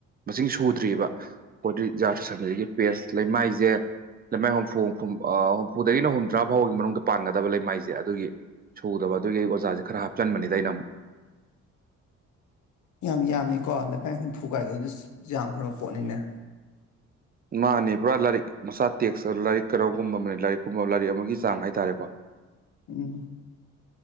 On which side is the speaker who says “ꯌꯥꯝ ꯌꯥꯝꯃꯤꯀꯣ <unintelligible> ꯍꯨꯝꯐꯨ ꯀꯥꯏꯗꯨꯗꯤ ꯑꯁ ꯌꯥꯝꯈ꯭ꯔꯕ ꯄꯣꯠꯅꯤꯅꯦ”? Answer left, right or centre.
Left